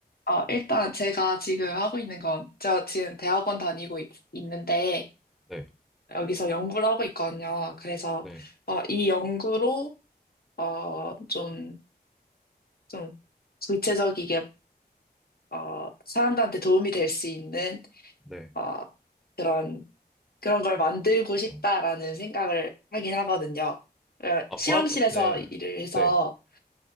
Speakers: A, on the left; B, in the centre.
A: 어, 일단 제가 지금 하고 있는 건, 제가 지금 대학원 다니고 있, 는데
B: 네,
A: 여기서 연구를 하고 있거든요. 그래서,
B: 네,
A: 어, 이 연구로, 어, 좀, 좀, 구체적이게, 어, 사람들한테 도움이 될 수 있는,
B: 네.
A: 어, 그런, 그런 걸 만들고 싶다라는
B: 어.
A: 생각을 하긴 하거든요. 어,
B: 아,
A: 실험실에서
B: 과, 네,
A: 일을 해서,
B: 네.